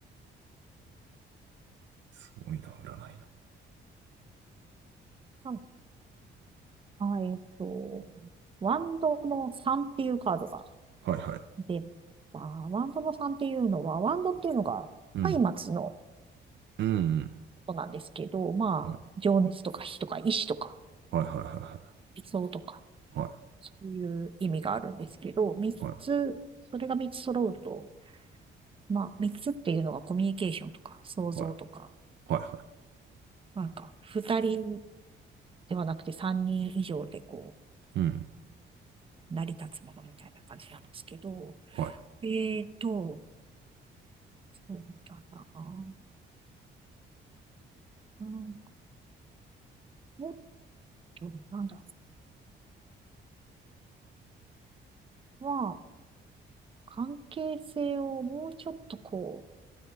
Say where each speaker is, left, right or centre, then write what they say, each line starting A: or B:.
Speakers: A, on the right (about 65°); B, on the right (about 25°).
A: すごいな、占いな。
B: あ、えっと、ワンドの3っていうカードが
A: はいはい。
B: 出まあ、ワンドの3っていうのは、ワンドっていうのが、
A: うん。
B: 松明の
A: うん
B: ことなんですけど、まあ、
A: うん。
B: 情熱とか火とか意志とか
A: はいはいはいは
B: 理想とか、
A: いはい。
B: そういう意味があるんですけど、3つ、
A: はい
B: それが3つ揃うと、まあ、3つっていうのがコミュニケーションとか、創造とか、
A: はいはいはいは
B: なんか、2人ではなくて3人以上でこ
A: い。うん。
B: う、成り立つものみたいな感じなんですけど、
A: はい。
B: えっと、そうだな。うん、もっと、なんだろまあ、関係性をもうちょっとこ